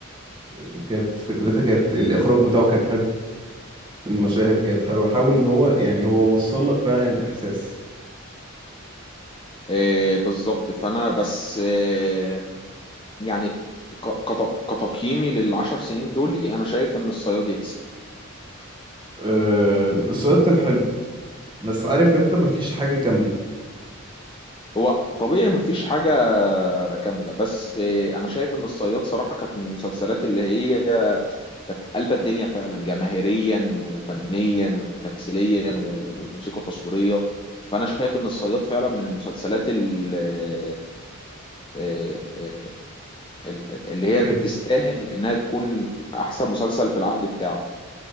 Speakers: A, on the right; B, on the left.
A: يعني وكانت فكرتها كانت الاخراج بتاعه كان حلو المشاهد كانت حلوه حاول ان هو يعني هو وصل لك فعلا الاحساس
B: آه، بالظبط فانا بس آه، يعني ك- كت- كتقييمي للعشر سنين دول انا شايف ان الصياد يكسب
A: آه الصياد كان حلو بس عارف انت مفيش حاجه كامله
B: هو طبيعي مفيش حاجة كاملة بس أنا شايف إن الصياد صراحة كانت من المسلسلات اللي هي كانت قلبة الدنيا فعلا جماهيريا وفنيا وتمثيليا وموسيقى تصويرية فأنا شايف إن الصياد فعلا من المسلسلات ال- ال- ال- اللي
A: يمكن
B: هي تستاهل إنها تكون أحسن مسلسل في العقد بتاعه